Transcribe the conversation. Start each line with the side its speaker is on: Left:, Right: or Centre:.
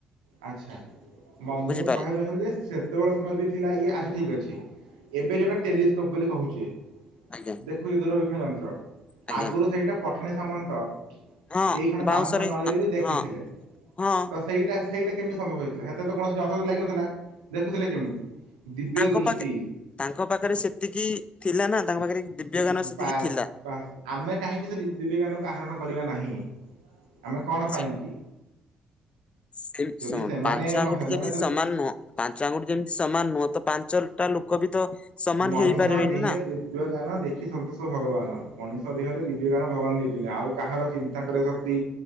Right: ଆଚ୍ଛା, ମୋ ମୁଁ
Left: ବୁଝିପାରିଲେ
Right: କହିବାକୁ ଚାହୁଁଥିଲି ଯେ ସେତେବେଳେ ସମୟରେ ବି ଥିଲା ଇଏ ଆଚ୍ଛା ଠିକ୍ ଅଛି, ଏବେ ଯୋଉଟା ଟେଲିସ୍କୋପ୍ ବୋଲି କହୁଛି
Left: ଆଜ୍ଞା
Right: ଦେଖୁଛି ଦୂରବୀକ୍ଷଣ ଯନ୍ତ୍ର,
Left: ଆଜ୍ଞା
Right: ଆଗରୁ ସେଇଟା ପଠାଣି ସାମନ୍ତ
Left: ହଁ
Right: ଦି ଖଣ୍ଡ
Left: ବାଉଁଶରେ
Right: ବାଉଁଶ ନଳୀରେ ବି ଦେଖିଥିଲେ।
Left: ହଁ ହଁ
Right: ତ ସେଇଟା ସେଇଟା କେମତି ସମ୍ବଭ ହେଇ ଥିଲା ସେତେ କୌଣସି ଯନ୍ତ୍ରପାତି ଲାଗି ନଥିଲା। ଦେଖୁଥିଲେ କେମିତି ଦିବ୍ୟ
Left: ତାଙ୍କ
Right: ଦୃଷ୍ଟି
Left: ପାଖେ ତାଙ୍କ ପାଖରେ ସେତିକି ଥିଲା ନା ତାଙ୍କ ପାଖରେ ଦିବ୍ୟ ଜ୍ଞାନ ସେତିକି
Right: ବାସ୍
Left: ଥିଲା।
Right: ବାସ୍ ଆମେ କାହିଁକି ସେ ଦିବ୍ୟଜ୍ଞାନକୁ ଆହରଣ କରିବା ନାହିଁ? ଆମେ କଣ ପାଇଁ
Left: ସେ
Right: କି
Left: ସେ
Right: -ଯଦି
Left: ଶୁଣ
Right: ସେମାନେ
Left: ପାଞ୍ଚ ଆଙ୍ଗୁଠି
Right: ମ ସେମାନେ
Left: ଯେମିତି ସମାନ ନୁହଁ ପାଞ୍ଚ ଆଙ୍ଗୁଠି ଯେମିତି ସମାନ୍ ନୁହଁ ତ ପାଞ୍ଚଟା ଲୋକ ବି ତ ସମାନ
Right: ମଣିଷ
Left: ହେଇପାରିବେନି
Right: ଦେହେ
Left: ନା।
Right: ଦିବ୍ୟ ଜ୍ଞାନ ଦେଖି ସନ୍ତୋଷ ଭଗବାନ ମଣିଷ ଦେହରେ ଦିବ୍ୟ ଗାନ ଭଗବାନ ଦେଇଛନ୍ତି, ଆଉ କାହାର ଚିନ୍ତା କରିବା ଶକ୍ତି,